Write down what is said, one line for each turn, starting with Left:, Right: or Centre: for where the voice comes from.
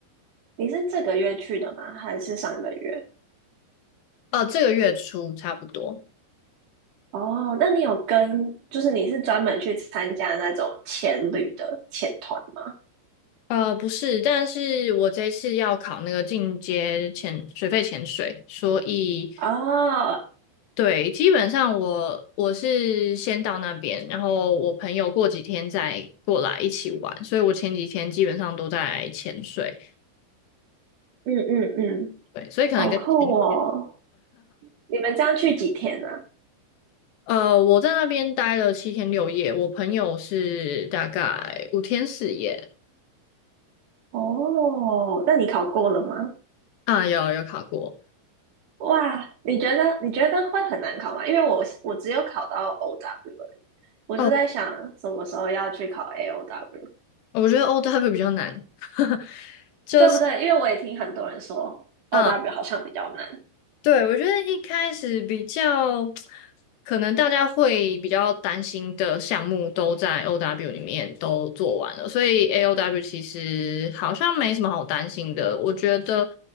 Right: 你是这个月去的吗？还是上个月？
Left: 呃，这个月初差不多。
Right: 哦，那你有跟，就是你是专门去参加那种潜旅的潜团吗？
Left: 呃，不是，但是我这次要考那个进阶潜水肺潜水，所以
Right: 哦，
Left: 对，基本上我我是先到那边，然后我朋友过几天再过来一起玩，所以我前几天基本上都在潜水，
Right: 嗯嗯嗯，
Left: 对，所以可能跟前
Right: 好酷哦！你们这样去几天呢、啊？
Left: 呃我在那边待了七天六夜，我朋友是大概五天四夜
Right: 哦，那你考过了吗？
Left: 啊，有有考过
Right: 哇，你觉得你觉得会很难考吗？因为我我只有考到 OW 而已，我就在想什么时候要去考
Left: 哦，
Right: AOW，
Left: 我觉得 OW 比较难，<laughs> 就是。
Right: 对不对？因为我也听很多人说 OW
Left: 嗯。
Right: 好像比较难。
Left: 对，我觉得一开始比较可能大家会比较担心的项目都在 OW 里面都做完了，所以 AOW 其实好像没什么好担心的。我觉得